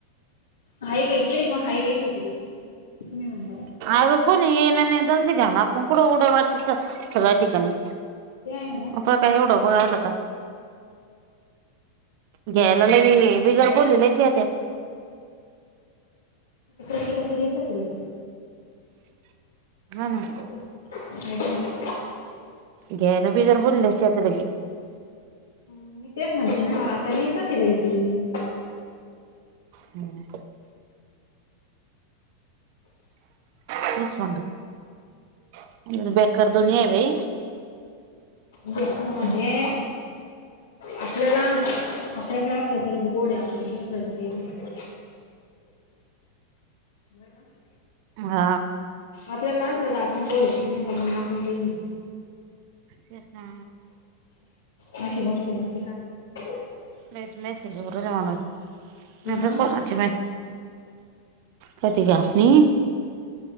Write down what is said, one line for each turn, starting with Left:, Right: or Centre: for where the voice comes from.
Left: हाय गई केली पण हाय गई सु होती ग तुअसं म्हणता बा
Right: अगं कोणी ये ना नाही द घ्या ना आपण कुडं उड वाटतच सगळ्या ठिकाणी
Left: ते आहे म्हना
Right: आता काय एवढं पळा आला का. घ्यायला लगे बिगर बोलवल्याची येतात.
Left: प्रत्येकाची रीतच वेगळी.
Right: हा ना.
Left: ऐका <unintelligible>
Right: घ्यायला बिगर बोलववल्याची येता लगे <unintelligible>
Left: मी तेच म्हणते ना आता रीतच आहे बाई ती
Right: हम्म <unintelligible> तेच म्हणलं बेकार दुनिया आहे बाई
Left: बेकार म्हणजे आपल्याला आपल्याकडे असलं तरच गोड्या आपण नसल्याच काही नाही बर का
Right: हा.
Left: आपल्याकडे असल तर आपण गोड आहे नाहीतर काही नाही.
Right: तेच ना.
Left: अशी गोष्ट आहे बाकी काही
Right: नाहितर
Left: हा
Right: कोणाची <unintelligible> का ति आस नाही